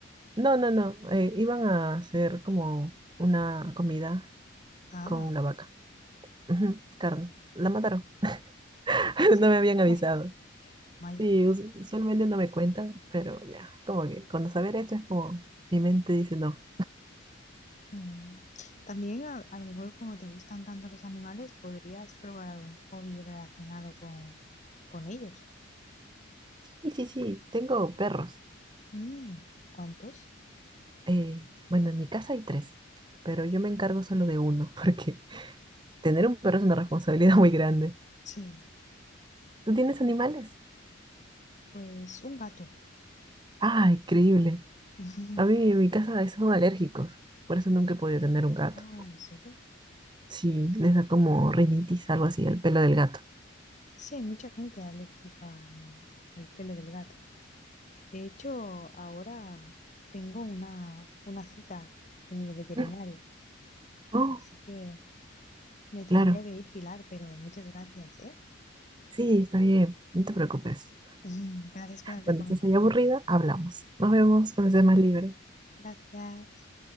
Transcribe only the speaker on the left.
Ah,
Sí.
bueno,
vaya.
Mm. También a, a lo mejor como te gustan tanto los animales, podrías probar algún hobby relacionado con, con ellos.
Mm, ¿Cuántos?
Sí,
pues un gato.
<laughs>
Ah, ¿en serio?
Sí, hay mucha gente alérgica al, al pelo del gato. De hecho, ahora tengo una, una cita en el veterinario,
así que me tendría
que ir, Pilar, pero muchas gracias, ¿eh?
<laughs> Gracias por las recomendaciones.
Gracias.